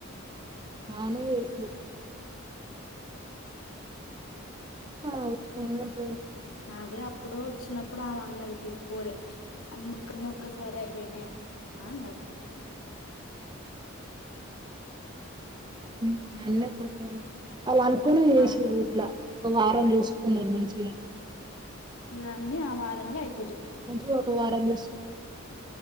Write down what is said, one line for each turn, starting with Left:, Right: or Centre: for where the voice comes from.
Right: నాను వెస్లీ ఆ తినండ్రి
Left: అదే అప్పుడు వచ్చినప్పుడు ఆమె అన్నది పేల్ పోరె అమ్మ కన్నక్ పిస్నరేపోయినయా కాండడ్
Right: ఉ మోన్న కొన్నారు అలా అనుకోని వేసిరు
Left: బానే
Right: ఇట్ల ఒక వారం చూసుకున్నారు మంచిగా
Left: ఇవన్నీ ఆ వారంలో అయ్
Right: మంచిగా ఒక వారం చస్